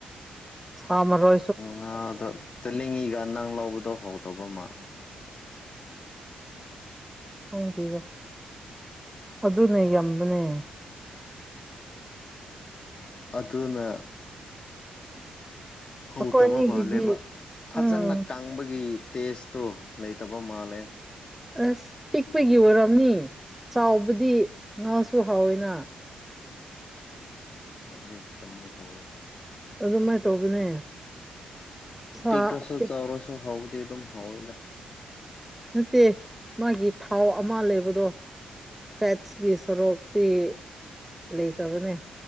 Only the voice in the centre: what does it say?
ꯁꯃꯔꯣ
ꯍꯔ ꯑꯗꯨꯅꯦ ꯌꯥꯝꯕꯅꯦ
ꯑꯩꯈꯣꯏ ꯑꯅꯤꯒꯤꯗꯤ
ꯎꯝ
ꯑꯁ ꯄꯤꯛꯄꯒꯤ ꯑꯣꯏꯔꯝꯅꯤ ꯆꯥꯎꯕꯗꯤ ꯉꯥꯁꯨ ꯍꯥꯎꯋꯤꯅ
ꯑꯗꯨꯃꯥꯏꯅ ꯇꯧꯕꯅꯦ ꯁꯥ
ꯄꯤꯛ
ꯅꯠꯇꯦ ꯃꯥꯒꯤ ꯊꯥꯎ ꯑꯃ ꯂꯩꯕꯗꯣ ꯐꯦꯠꯁ ꯀ ꯁꯔꯣꯛꯞꯇꯤ ꯂꯩꯇꯕꯅꯦ